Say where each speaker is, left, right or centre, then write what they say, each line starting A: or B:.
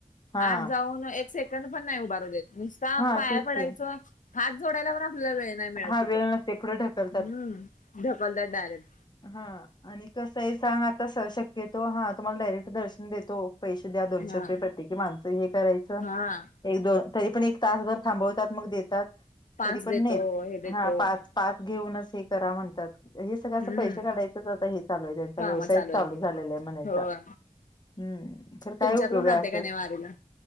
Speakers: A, on the left; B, on the left.
A: हा
B: आत जाऊन एक सेकंद पण नाही उभारू देत. नुसता
A: हा
B: पाया
A: तेच
B: पडायचं,
A: की
B: हात जोडायला पण आपल्याला वेळ नाय मिळत.
A: हा
B: तिथं
A: वेळ नसतय, पुढे ढकल
B: हम्म, ढकलत्यात डायरेक्ट.
A: हा आणि कसंही सांग आता शक्यतो, हा तुम्हाला डायरेक्ट दर्शन देतो पैसे द्या दोनशे
B: हा
A: रुपये प्रत्येकी माणसं हे करायचं
B: हा
A: एक दोन तरी पण एक तास जर थांबवतात, मग देतात
B: पास
A: तरी पण
B: देतो
A: नाहीच
B: हे देतो
A: हा पाच पास घेऊनच हे करा म्हणतात हे सगळं असं
B: हम्म
A: पैसे काढायचंच आता हे चालू आहे, त्यांचा
B: काम
A: व्यवसायच चालू
B: आहेत
A: झालेला आहे म्हणायचा.
B: होय
A: हम्म खरं काय
B: तुमच्यात
A: उपयोग
B: कोण जाते
A: आहे असं.
B: का नाही वारीला